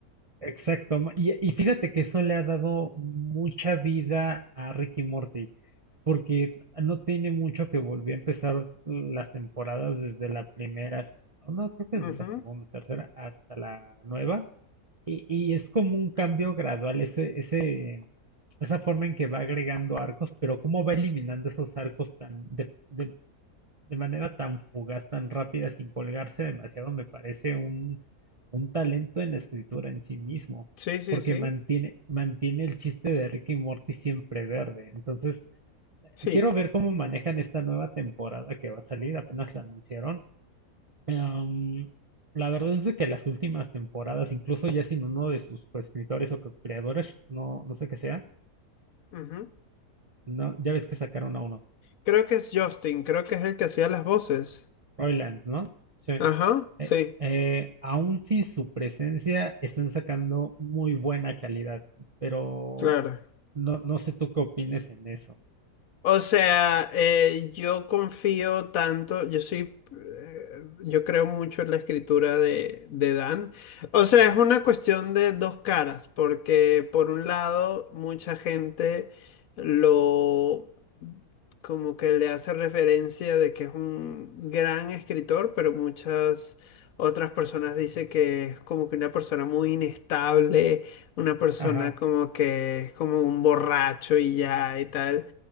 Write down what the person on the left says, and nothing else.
Ujú,
ujú.
Sí, sí,
sí,
sí.
ujú.
Creo que es Justin, creo que es el que hacía las voces.
Ajá, sí,
claro.
O sea, eh, yo confío tanto, yo soy, eh, yo creo mucho en la escritura de, de Dan. O sea,
es una cuestión de dos caras, porque por un lado, mucha gente lo, como que le hace referencia de que es un gran escritor, pero muchas otras personas dicen que es como que una persona muy inestable, una persona
como que es como un borracho y ya y tal.